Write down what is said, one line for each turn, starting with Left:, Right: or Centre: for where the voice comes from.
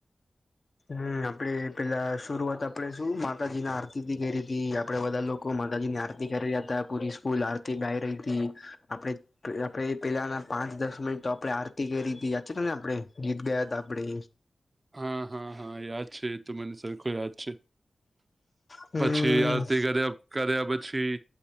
Left: હમ આપે પેલા શરૂઆત આપણેે શું માતાજી ના આરતી કરી ર હતી આપડે બધા લોકો લોકો માતાજી ની આરતી કરી રહ્યા હતા પૂરી સ્કૂલ આરતી ગાઈ રહી, હતી આપણે આપે પેલાના પાંચ દસ મિનિટ તો આપડે આરતી કરી હતી યાચ ને આપડણે ગીત ગાયા ત આપડે
Right: હા હા હા યાદ છે, એ તો મને સરખો યાદ છે.
Left: હમ
Right: પછી આરતી કર કર્યા પછી